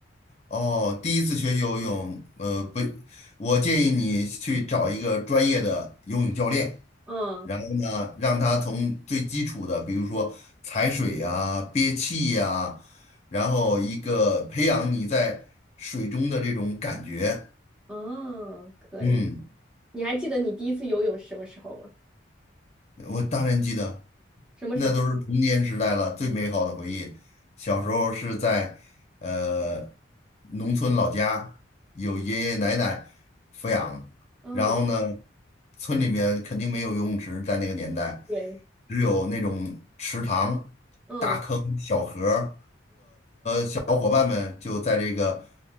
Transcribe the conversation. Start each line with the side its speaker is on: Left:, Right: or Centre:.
Left: 哦，第一次学游泳，呃，不，我建议你去找一个专业的游泳教练，
Centre: 嗯
Left: 然后呢，让他从最基础的，比如说踩水呀、憋气呀、然后一个培养你在水中的这种感觉，
Centre: 嗯，可以。
Left: 嗯。
Centre: 你还记得你第一次游泳是什么时候吗？
Left: 我当然记得，
Centre: 什么时候？
Left: 那都是童年时代了，最美好的回忆。小时候是在呃农村老家，有爷爷奶奶抚养，
Centre: 嗯，
Left: 然后呢，村里面肯定没有游泳池，在那个年代，
Centre: 对，
Left: 只有那种池塘、
Centre: 嗯，
Left: 大坑、小河儿小伙伴们就在这个